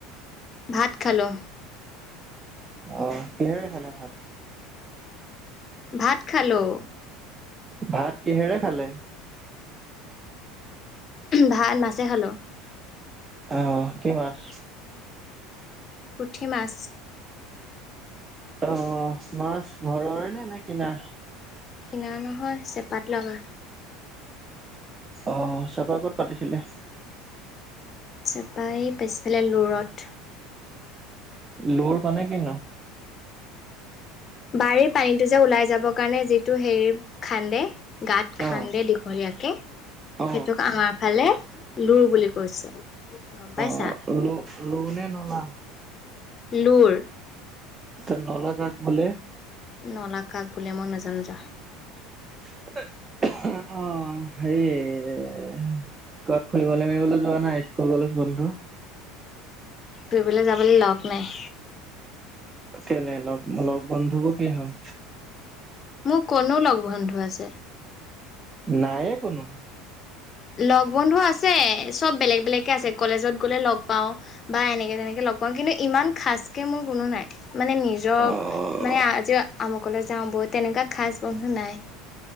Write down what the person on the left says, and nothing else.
ভাত খালো।
ভাত খালো।
ভাত মাছে খালো।
পুথি মাছ।
কিনা নহয় চেঁপাত লগা।
চেঁপা ই পিছফালে লুৰত।
বাৰীৰ পানীটো যে ওলাই যাবৰ কাৰণে যিটো হেৰি খান্দে। গাত খান্দে
দিঘলীয়াকে
সেইটোক আমাৰ ফালে লোৰ বুলি কৈছে। গম পাইছা
লোৰ।
নলা কাক বুলে মই নাজানো যা।
ফুৰিবলৈ যাবলৈ লগ নাই।
মোৰ ক'তনো লগ বন্ধু আছে।
লগ বন্ধু আছে চব বেলেগ বেলেগ কে আছে কলেজত গ'লে লগ পাওঁ। বা এনেকে তেনেকে লগ পাওঁ কিন্তু ইমান খাচ কে মোৰ কোনো নাই মানে নিজ। যক
মানে আজিও আমুকলৈ যাওঁ বই তেনেকুৱা খাজ বন্ধু নাই।